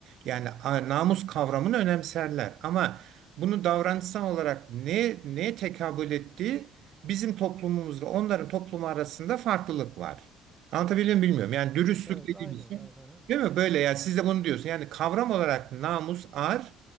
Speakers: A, on the right (about 65°); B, on the right (about 15°).
A: Yani a, namus kavramını önemserler ama bunu davranışsal olarak ne neye tekabül ettiği bizim toplumumuzda onların toplumu arasında farklılık var. Anlatabiliyor muyum bilmiyorum. Yani dürüstlük
B: evet
A: dediğimiz
B: aynen
A: şey.
B: evet, aha.
A: Değil mi? Böyle yani siz de bunu diyorsun. Yani kavram olarak namus, ar